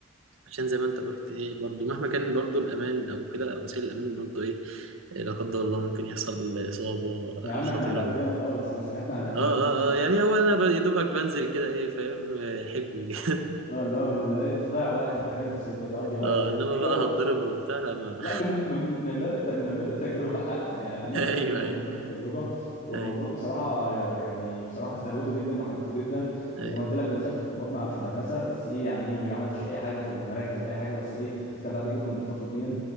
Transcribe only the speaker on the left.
يا عم
احنا على قدنا
خالص احنا صحتنا على قدنا
خالص يا عم
اه اللي هو بال... إيه، تضيع وقت انت فاهم تس- تقضي وقت
تجرب
لا من باب من من باب التج... من باب التجربه حتى يعني انا
دخلت
الموضوع
من باب التجربه والموضوع
بصراحه يعني بصراحه استهويته جدا وحبيته جدا
وزي ما قلت لك دخلت بطولات مع في المدرسه بس ايه يعني ايه، ما عملتش اي حاجه في المراكز ولا اي حاجه بس ايه استمتعت جدا بالفتره دي